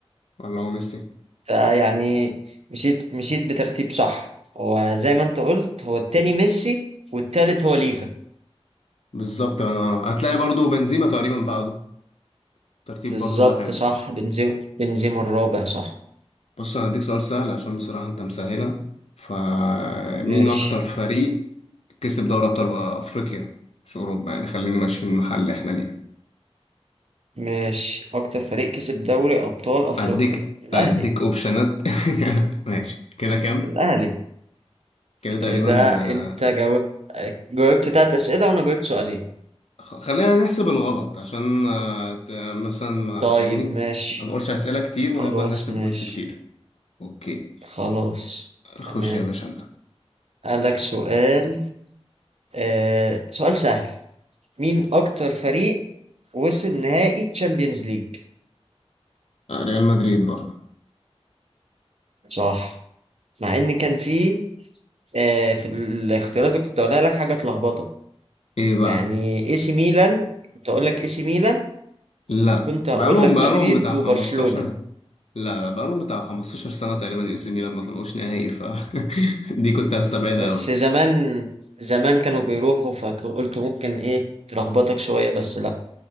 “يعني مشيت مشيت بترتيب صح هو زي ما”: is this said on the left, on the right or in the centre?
Right